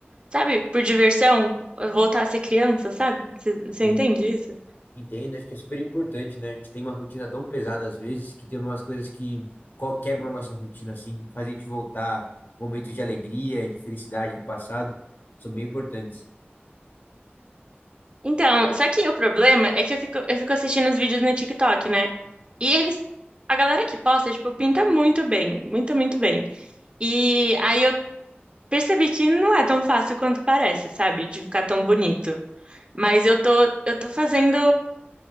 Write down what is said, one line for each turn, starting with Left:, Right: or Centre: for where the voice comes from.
Right: sabe, por diversão, voltar a ser criança, sabe? Você você
Left: Sim,
Right: entende isso?
Left: entendo, acho que é super importante, né? A gente tem uma rotina tão pesada às vezes que tem umas coisas que co- quebram a nossa rotina, assim, fazem a gente voltar. Momentos de alegria e de felicidade do passado são bem importantes.
Right: Então, só que o problema é que eu fico, eu fico assistindo os vídeos no TikTok, né? E eles, a galera que posta, tipo, pinta muito bem, muito, muito bem. E aí eu percebi que não é tão fácil quanto parece, sabe? De ficar tão bonito. Mas eu tô, eu tô fazendo